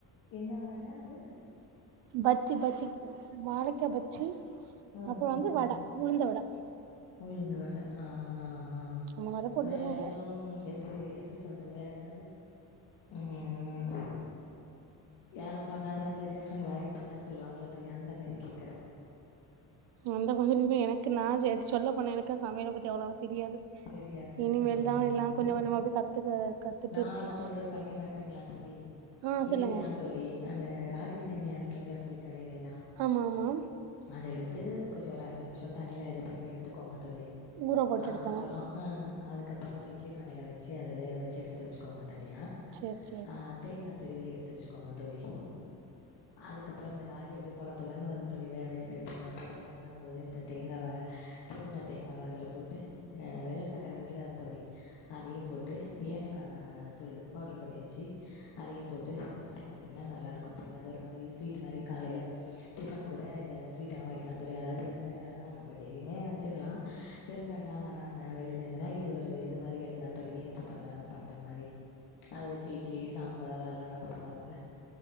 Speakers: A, on the left (about 70°); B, on the right (about 80°).
A: என்ன வட அது
B: பஜ்ஜி பஜ்ஜி வாழைக்கா பஜ்ஜி
A: ம்
B: அப்பறம்
A: ம்
B: வந்து வட
A: ம்
B: உளுந்த வட
A: உளுந்து வட ஆ ஆ ஆ
B: அந்த மாரி போட்டு
A: வேற
B: தருவாங்க
A: எதும் எப்டி எப்டி சொல்றது வேற எதாவ து ம் ம் யாரும் பண்ணாத இந்த டிஃப்ரெண்ட் வெரைட்டிலா சொல்லுவாங்கள தோழி அந்த மாரி கேக்குறே
B: அந்த மாதிரி தா எ எனக்கு நா எதாச் சொல்ல போனா எனக்கு சமையல் பத்தி அவ்ளோவா தெரியாது
A: தெரியாது
B: இனிமேல்
A: ம்
B: தா எல்லா கொஞ்சம் கொஞ்சமா அப்டி கத்துக்க கத்துட்டு
A: நா
B: இருக்கே
A: சொல்றது பண்ணி பாக்குறீங்களா தோழி
B: ஆ
A: ஈஸி
B: சொல்லுங்க
A: தா தோழி அந்த ராகி சேமியா விக்கிம்ல தோழி கடையிலல்லா
B: ஆமா ஆமா
A: அத எடுத்து கொஞ்ச ஒரு அஞ்சு நிமிஷம் தண்ணியில இது பண்ணி எடுத்துக்கோங்க தோழி
B: ஊற போட்டு
A: அதுக்கப்
B: எடுக்கணு
A: அப்பறோ
B: ஆ
A: அ அதுக்கப்பற இட்லி பானைல வச்சி அத வேவ வச்சி எடுத்து வச்சிக்கோங்க தனியா
B: தண்ணி போட்டு ஏலக்கா வச்சு
A: ஆ தேங்கா திருவி எடுத்து வச்சிக்கோங்க தோழி அதுக்கப்பற இந்த ராகி அப்டியே பொலப்பெலன்னு வரு தோழி வேகவச்சி எடுத்தீங்கன்னா பொலப்பொலன்னு வரும்போது இந்த தேங்காவ திருவுன தேங்காவ அதுல போட்டு அ வெள்ள சக்கர இருக்கல தோழி அதையு போட்டு ஏலக்கா தூளு பவுட்ரு பண்ணி வச்சு அதையு போட்டு மிக்ஸ் பண்ணி வச்சிங்கன்னா நல்லாயிருக்கு தோழி அது ஒரு மாரி அது ஸ்வீட் மாரி காலைல டிபன் கூட இத ஸ்சுவிட்டாவு வைக்கலா தோழி யாராவது விருந்தாடி வராங்கனா நம்ம டெய்லிமே வச்சிக்கலா விருந்தாடிலா வராங் நாங்க வெளியில இருந்தா இது ஒரு இது மாதிரி வைக்கலாம் தோழி இனிப்பு பழ பண் மாதிரி அதை வச்சு இட்லி சாம்பார் அதெல்லாம் நம பண்ணுவோம்